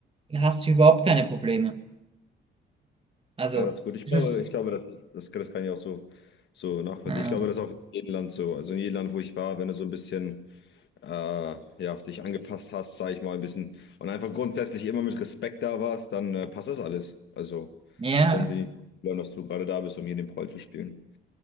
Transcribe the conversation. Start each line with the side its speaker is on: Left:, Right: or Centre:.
Right: hast du überhaupt keine Probleme. Also,
Left: Ja, das ist gut. Ich
Right: es
Left: glaube,
Right: ist,
Left: ich glaube, das, das, das kann ich auch so, so nachvollziehen.
Right: äh,
Left: Ich glaube, das ist auch in jedem Land so. Also in jedem Land, wo ich war, wenn du so ein bisschen äh, ja, dich angepasst hast, sage ich mal ein bisschen, und einfach grundsätzlich immer mit Respekt da warst, dann äh, passt das alles. Also,
Right: ja,
Left: wenn sie nicht glauben, dass du gerade da bist, um hier den Proll zu spielen.